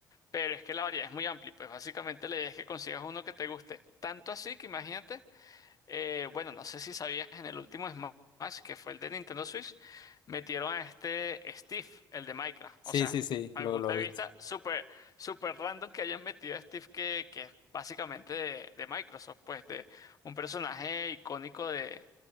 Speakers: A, on the left; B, on the left.
A: Pero es que la variedad es muy amplia, y, pues básicamente la idea es que consigas uno que te guste. Tanto así que imagínate, eh, bueno, no sé si sabías, en el último Smash, que fue el de Nintendo Switch, metieron a este Steve, el de Minecraft.
B: Sí,
A: O sea,
B: sí, sí,
A: a
B: lo,
A: mi punto
B: lo
A: de
B: he
A: vista,
B: visto.
A: súper, súper random que hayan metido a Steve, que, que es básicamente de, de Microsoft, pues de un personaje icónico de,